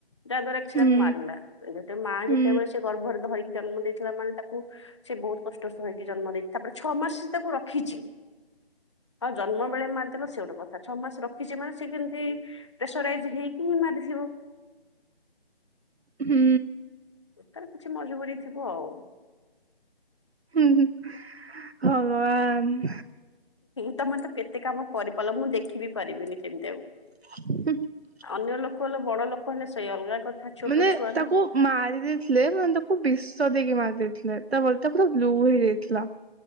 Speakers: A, on the left (about 30°); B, on the right (about 80°).
A: ଯାହା ଦ୍ଵାରା କିଛି
B: ହୁଁ
A: ତାକୁ ମାରିଲା ଗୋଟେ ମା
B: ହୁଁ
A: ଯେତେବେଳେ ସେ ଗର୍ଭରେ ଧରିକି ଜନ୍ମ ଦେଇଥିଲା ମାନେ ତାକୁ ସେ ବହୁତ କଷ୍ଟ <unintelligible> ଜନ୍ମ ନେଇଛି ତାପରେ ଛଅ ମାସ ମୁଁ ତାକୁ ରଖିଛି। ହଁ ଜନ୍ମ ବେଳେ ମାରଦେଲ ସେ ଗୋଟେ କଥା ଛଅ ମାସ ରଖିଛି ମାନେ ସେ କେମିତି ପ୍ରେସରାଇଜ ହେଇକି ହିଁ ମାରିଥିବ।
B: ହୁଁ।
A: ତାର କିଛି ମଜବୁରି ଥିବ ଆଉ।
B: ହୁଁମ୍ ଭଗବାନ।
A: ତମେ ତ କେତେ କାମ କରିପାରିଲ ମୁଁ ଦେଖିବି ବି ପାରିବିନି ସେମିତି ଆଉ।
B: <unintelligible>
A: ଅନ୍ୟ ଲୋକ ହେଲେ ବଡ ଲୋକ ହେଲେ ସେଇ ଅଲଗା କଥା ଛୋଟ
B: ମାନେ
A: ଛୁଆ
B: ତାକୁ
A: ନା
B: ମାରି ଦେଇଥିଲେ ମାନେ ତାକୁ ବିଷ ଦେଇକି ମାରି ଦେଇେଥିଲେ ତା <unintelligible> ପୁରା ବ୍ଲ୍ୟୁ ହେଇଯାଇଥିଲା।